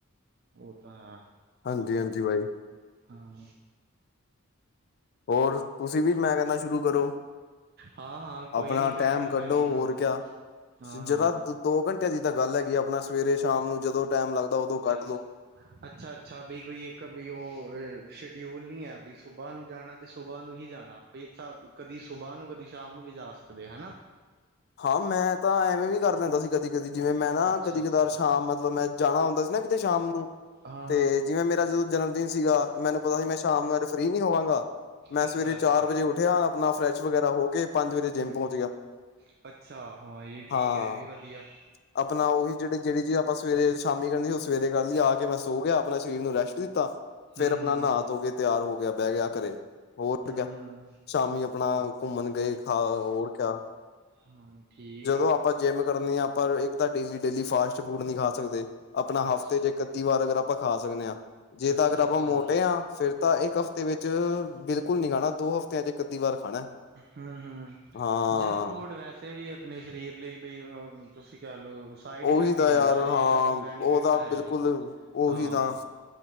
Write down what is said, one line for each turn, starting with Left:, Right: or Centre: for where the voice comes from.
Right: ਓ ਤਾਂ ਹੈ।
Left: ਹਾਂਜੀ-ਹਾਂਜੀ ਬਾਈ।
Right: ਹਾਂ
Left: ਹੋਰ ਤੁਸੀਂ ਵੀ ਮੈਂ ਕੈਂਣਾ ਸ਼ੁਰੂ ਕਰੋ।
Right: ਹਾਂ-ਹਾਂ
Left: ਆਪਣਾ
Right: ਕੋਈ ਨੀ ਕਰਾਂਗਾ
Left: ਟੈਮ ਕੱਢੋ
Right: ਮੈਂ ਵੀ
Left: ਹੋਰ
Right: ਹਾਂ,
Left: ਕਿਆ
Right: ਹਾਂ-ਹਾਂ
Left: ਜਦਾ ਦ ਦੋ ਘੰਟਿਆਂ ਦੀ ਤਾਂ ਗੱਲ ਹੈਗੀ ਆਪਣਾ ਸਵੇਰੇ ਸ਼ਾਮ ਨੂੰ ਜਦੋਂ ਟੈਮ ਲੱਗਦਾ ਉਦੋਂ ਕੱਢ
Right: ਅੱਛਾ
Left: ਲੋ
Right: ਅੱਛਾ-ਅੱਛਾ ਬਈ ਕੋਈ ਇੱਕ ਵੀ ਓ ਸ਼ਡਿਊਲ ਨੀ ਹੈ ਬ ਸੁਬਾਹ ਨੂੰ ਜਾਣਾ। ਤੇ ਸੁਬਾਹ ਨੂੰ ਹੀ ਜਾਣਾ ਬਈ ਇੱਥਾ ਕਦੀ ਸੁਬਾਹ ਨੂੰ ਕਦੀ ਸ਼ਾਮ ਨੂੰ ਵੀ ਜਾ ਸਕਦੇ ਹਨਾ।
Left: ਹਾਂ ਮੈਂ ਤਾਂ ਐਵੇਂ ਵੀ ਕਰ ਲੈਂਦਾ ਸੀ ਕਦੀ-ਕਦੀ ਜਿਵੇਂ ਮੈਂ ਨਾ
Right: ਅੱਛਾ-ਅੱਛਾ
Left: ਕਦੀ ਕਦਾਰ ਸ਼ਾਮ ਮਤਲਬ ਮੈਂ ਜਾਣਾ ਹੁੰਦਾ ਸੀ ਨਾ ਕਿਤੇ ਸ਼ਾਮ ਨੂੰ
Right: ਹਾਂ
Left: ਤੇ
Right: ਹਾਂ
Left: ਜਿਵੇਂ ਮੇਰਾ ਜਦੋਂ ਜਨਮ ਦਿਨ ਸੀਗਾ ਮੈਨੂੰ ਪਤਾ ਸੀ ਮੈਂ ਸ਼ਾਮ ਨੂੰ ਅਜ ਫਰੀ ਨੀ ਹੋਵਾਂਗਾ। ਮੈਂ
Right: ਅੱਛਾ
Left: ਸਵੇਰੇ ਚਾਰ
Right: ਅੱਛਾ
Left: ਵਜੇ ਉੱਠਿਆ ਆਪਣਾ ਫਰੈਸ਼ ਵਗੈਰਾ ਹੋ ਕੇ ਪੰਜ ਵਜੇ ਜਿੰਮ
Right: ਹਮ
Left: ਪਹੁੰਚ ਗਿਆ।
Right: ਅੱਛਾ ਹਾਂ ਜ ਠੀਕ
Left: ਹਾਂ
Right: ਆ ਇਹ ਵੀ ਵਧੀਆ
Left: ਆਪਣਾ ਉਹੀ ਜੇੜੇ ਜੇੜੀ ਚੀਜ਼ ਆਪਾਂ ਸਵੇਰੇ ਸ਼ਾਮੀ ਕਰਨ ਸੀ ਓ ਸਵੇਰੇ ਕਰ ਲਈ ਆ ਕੇ ਮੈਂ ਸੋ ਗਿਆ ਆਪਣਾ ਸਰੀਰ ਨੂੰ ਰੈਸਟ ਦਿੱਤਾ।
Right: ਹਮ
Left: ਫਿਰ ਆਪਣਾ
Right: ਹਮ
Left: ਨਹਾ ਧੋ ਕੇ ਤਿਆਰ ਹੋ ਗਿਆ ਬਹਿ ਗਿਆ ਘਰੇ ਹੋਰ
Right: ਹਮ
Left: ਕਿਆ
Right: ਹਮ
Left: ਸ਼ਾਮੀ ਆਪਣਾ ਘੁੰਮਣ ਗਏ ਖਾ ਹੋਰ ਕਿਆ
Right: ਹਾਂ ਠੀਕ
Left: ਜਦੋਂ
Right: ਆ
Left: ਆਪਾਂ ਜਿੰਮ ਕਰਨੀ ਆ ਆਪਾਂ ਇੱਕ ਤਾਂ ਡੇਲੀ-ਡੇਲੀ ਫਾਸਟ ਫੂਡ ਨਈ ਖਾ ਸਕਦੇ। ਆਪਣਾ
Right: ਅੱਛਾ
Left: ਹਫ਼ਤੇ ਜੇ ਇੱਕ ਅੱਧੀ ਵਾਰ ਅਗਰ ਆਪਾਂ ਖਾ ਸਕਦੇ ਹਾਂ। ਜੇ
Right: ਅੱਛਾ
Left: ਤਾਂ ਅਗਰ ਆਪਾਂ
Right: ਅੱਛਾ
Left: ਮੋਟੇ ਆਂ ਫਿਰ ਤਾਂ ਇੱਕ ਹਫ਼ਤੇ ਵਿੱਚ 'ਚ ਬਿਲਕੁਲ ਨੀ ਖਾਣਾ ਦੋ ਹਫ਼ਤਿਆਂ 'ਚ ਇਕ ਅਧੀ ਵਾਰ ਖਾਣਾ।
Right: ਹੂੰ-ਹੂੰ
Left: ਹਾਂ
Right: ਜੰਕ ਫੂਡ ਵੈਸੇ ਕਿਤੇ ਵੀ ਆਪਣੇ ਸਰੀਰ ਲਈ ਬਈ ਅ ਤੁਸੀਂ ਕਹਿ ਲਓ। ਸਾਈਡ
Left: ਉਹੀ
Right: ਇਫੈਕਟ
Left: ਤਾਂ
Right: ਈ ਦਿੰਦਾ
Left: ਯਾਰ
Right: ਹੈ
Left: ਹਾਂ
Right: ਇਹਦਾ ਕੋਈ ਬੈਨੀਫਿਟ
Left: ਉਹ
Right: ਤਾਂ ਹੈ
Left: ਬਿਲਕੁਲ
Right: ਨਈ
Left: ਉਹੀ
Right: ਹਾਂ।
Left: ਤਾਂ